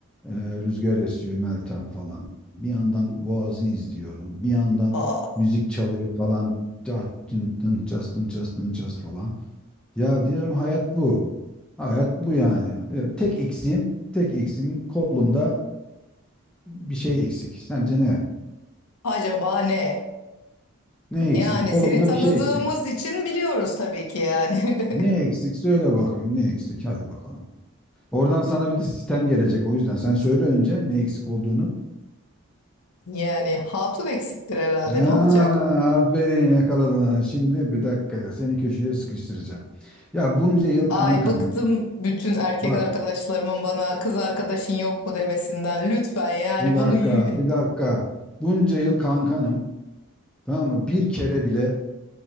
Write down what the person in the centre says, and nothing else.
e, rüzgar esiyor Meltem falan. Bir yandan Boğaz'ı izliyorum. Bir yandan
müzik çalıyor falan. Çat, tın, tın, ças, tın, ças, tın, ças falan. Ya diyorum hayat bu. Hayat bu yani. Ya Tek eksiğim, tek eksiğim kolumda bir şey eksik. Sence ne?
Ne
eksik? Kolumda
bir şey eksik.
Ne eksik söyle bakayım ne eksik hadi bakalım. Oradan sana bir de sistem gelecek o yüzden sen söyle önce ne eksik olduğunu.
Ha,
aferin yakaladın. Ha, Şimdi bir dakika seni köşeye sıkıştıracağım. Ya bunca yıl
kankanım.
Bak
bir dakika
bir dakika. Bunca yıl kankanım. Tamam mı? Bir kere bile